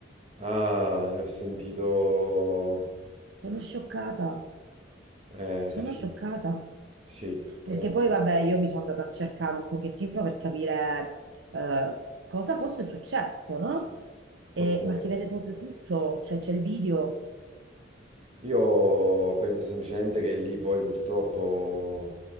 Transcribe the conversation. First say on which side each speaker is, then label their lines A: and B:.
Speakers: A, on the right; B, on the right.
A: Ah, ne ho sentito...
B: Sono scioccata,
A: Eh,
B: sono
A: sì,
B: scioccata,
A: sì.
B: perché
A: eh,
B: poi vabbè io mi sono andata a cercare un pochettino per capire eh, cosa fosse successo, no? E-
A: ok.
B: ma si vede proprio tutto, cioè c'è il video.
A: Io penso semplicemente che lì poi purtroppo